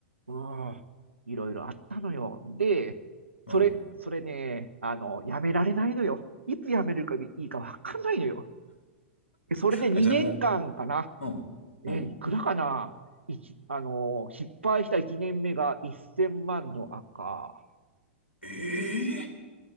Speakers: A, on the right; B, on the left.
A: うん、いろいろあったのよ。で、
B: うん。
A: それ、それね、あの、やめられないのよ。いつやめるかいいかわかんないのよ。でそれで2年間かんかな。
B: あ、じゃあもう、うん。
A: え、
B: うん。
A: いくらかな。一あの、失敗した1年目が1000万の赤。
B: ええ